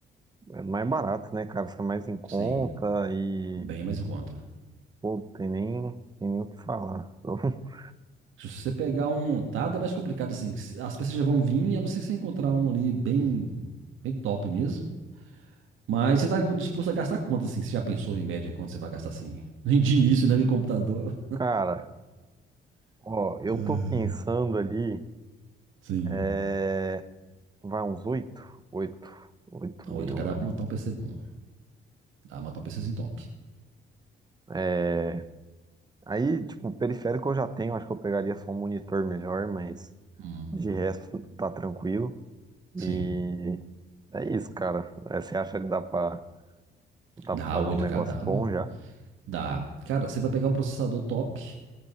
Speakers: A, on the right; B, on the right.
A: É mais barato, né, cara? Sai mais em conta
B: Sim,
A: e.
B: bem mais em conta.
A: Pô, tem nem, tem nem o que falar. <laughs>
B: Se você pegar um montado, é mais complicado, assim. As peças já vão vir, a não ser que você encontrar um ali bem, bem top mesmo. Mas você tá disposto a gastar quanto, assim? Você já pensou em média quanto você vai gastar, assim? <laughs> De início, né? Meu computador.
A: Cara, ó, eu
B: É,
A: tô pensando ali.
B: sim.
A: É... Vai uns oito? Oito. Oito
B: A
A: mil
B: oito k dá
A: ali.
B: pra montar um PC bom. Dá pra montar um PCzinho top.
A: É. Aí, tipo, periférico eu já tenho, acho que eu pegaria só um monitor melhor, mas
B: Hum,
A: de resto tá tranquilo. E
B: sim.
A: é isso, cara. É, Você acha que dá pra, dá
B: Dá
A: pra fazer
B: oito
A: um negócio
B: k dá,
A: bom
B: ué.
A: já?
B: Dá. Cara, você vai pegar um processador top.